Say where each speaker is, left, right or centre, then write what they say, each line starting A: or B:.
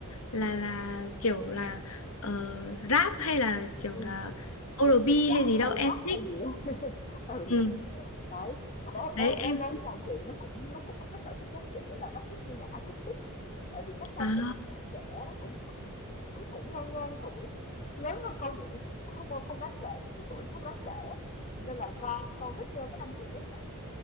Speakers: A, on the left; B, on the left.
A: là là kiểu là ờ, rap hay là kiểu
B: Ừ.
A: là
B: Ừ.
A: o R&B
B: Rap
A: hay gì
B: hay
A: đâu,
B: Rock
A: em thích.
B: hay gì á, <laughs> ừ,
A: Ừ.
B: đấy. Mà bé
A: Đấy
B: bé
A: em.
B: bé lớn nhà chị nó cũng nó cũng có cái sở thích giống chị á, là nó thích nghe nhạc acoustic. Tại vì các ca
A: À,
B: sĩ các bạn trẻ nó cũng cũng cũng ngang ngang tuổi, lớn hơn con vậy cũng cũng không không đáng kể, cái số tuổi nó không đáng kể á. Nên là con con thích nghe các anh chị đấy hết.